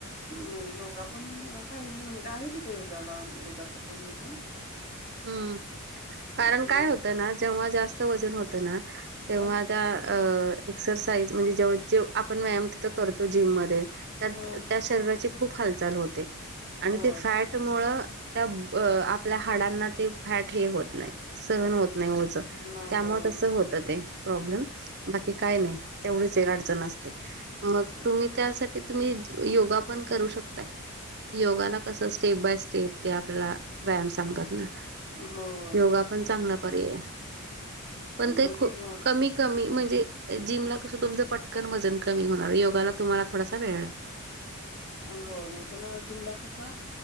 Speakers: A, on the left; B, on the right.
A: नही, योगा पण पाहिलेले, म्हणजे आहे तिथे, योग्याला -योगाच पण इथे.
B: <inaudible> हम्म, कारण
A: म
B: काय होतं ना, जेव्हा जास्त वजन होतं ना, तेव्हा
A: का
B: त्या अ एक्सरसाइज, म्हणजे ज्यावेळेस जेव, आपण व्यायाम तिथं करतो, जिममध्ये त्यात
A: हं
B: त्या शरीराची खूप हालचाल होते, आणि
A: होय
B: ते फॅट मुळ, त्या अ आपल्या हाडांना, ते फॅट हे होत नाही, सहन होत नही ओझं,
A: नाही
B: त्यामुळे
A: होय होय
B: तस होत ते प्रॉब्लम, बाकी काय नाही, तेवढीच एक अडचण असते. मग
A: नाही.
B: तुम्ही, त्यासाठी तुम्ही, योगा पण करू शकताय. योगाला कस, स्टेप बाय स्टेप, ते आपल्याला, व्यायाम सांगतात ना.
A: ह्म हं.
B: योगा पण चांगला पर्याय, पण
A: नाही मग
B: ते ख
A: मग
B: कमी कमी, म्हणजे जिमला कसं तुमचं, पटकन वजन कमी होणार, योगाला तुम्हाला, थोडासा वेळ लागतो. <inaudible>
A: ह्म, होय नाही पण जिमला कसा,